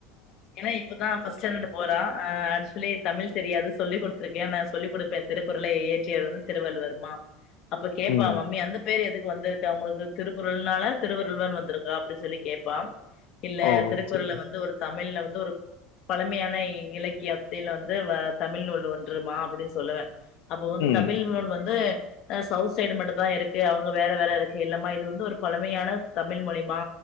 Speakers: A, on the left; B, on the left.
A: ஏன்னா இப்பதா ஃபஸ்டேண்டட் போறா ஆ ஆக்சுலி தமிழ் தெரியாது சொல்லி குடுத்துருக்கே நா சொல்லிக் குடுப்பே திருக்குறளை இயற்றியர் வந்து திருவள்ளுவர்மா அப்ப கேப்பா
B: ம்.
A: மம்மி அந்த பேரு எதுக்கு வந்திருச்சு அவுங்களுக்கு திருக்குறள்னால திருவருள்வர் வந்திருக்கா அப்டி சொல்லி கேப்பா இல்ல
B: ஓ!
A: திருக்குறள
B: சரி.
A: வந்து ஒரு தமிழ்ல வந்து ஒரு பழமையான இ இலக்கியத்தில் வந்து வ தமிழ் நூல் ஒன்றுமா அப்புடி சொல்லுவ அப்ப வந்து
B: ம்,
A: தமிழ்நூல் வந்து அ சௌத் சைடு மட்டு தா இருக்கு அவங்க வேற வேற இருக்கு இல்லமா இது வந்து ஒரு பழமையான தமிழ் மொழிமா